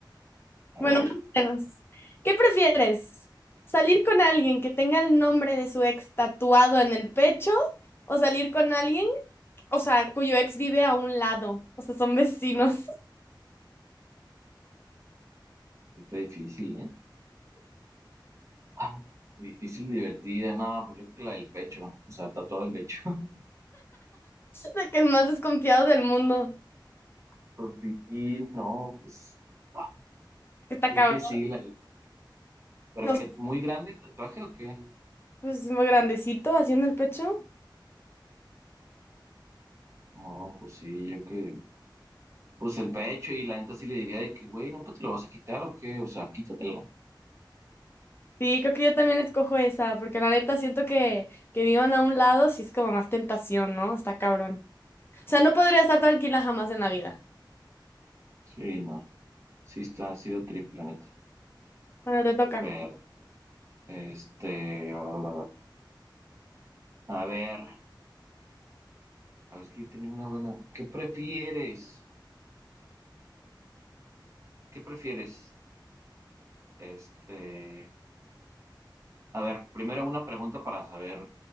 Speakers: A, on the right (about 35°); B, on the left (about 30°).
A: a
B: Bueno,
A: ver,
B: más o menos. ¿Qué prefieres? ¿Salir con alguien que tenga el nombre de su ex tatuado en el pecho o salir con alguien, o sea, cuyo ex vive a un lado? O sea, son vecinos. <laughs>
A: sí está difícil, ¿eh? Ah, difícil, divertida, no, pues yo creo que la del pecho, o sea, tatuado el pecho. <laughs>
B: De que el más desconfiado del mundo.
A: Porque sí, no, pues ah,
B: Que está
A: yo
B: cabrón.
A: que sí, la del- pero
B: O
A: que muy grande el tatuaje o qué?
B: Pues muy grandecito, haciendo el pecho.
A: No, pues sí, yo que... pues el pecho y la neta sí le diría de que, güey, ¿nunca te lo vas a quitar o qué? O sea, quítatelo.
B: Sí, creo que yo también escojo esa, porque la neta siento que, que vivan a un lado sí es como más tentación, ¿no? Está cabrón. O sea, no podría estar tranquila jamás en la vida.
A: Sí, no, sí está, ha sido triple, la neta.
B: Bueno, te toca.
A: Pero, este, a ver, a ver, es que yo tenía una buena. ¿Qué prefieres? ¿Qué prefieres? Este, a ver, primero una pregunta para saber,